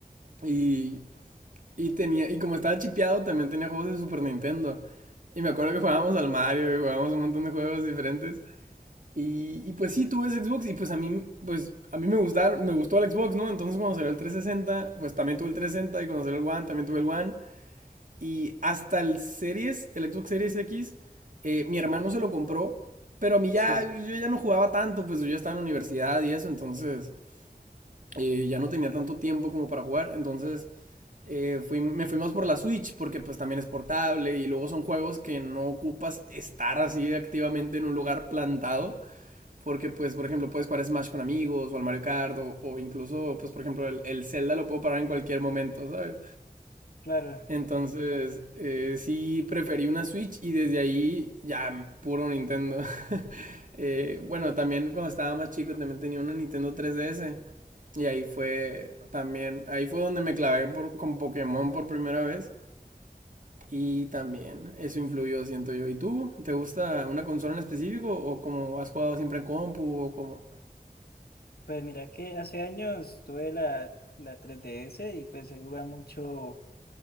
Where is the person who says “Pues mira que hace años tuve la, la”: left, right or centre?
Left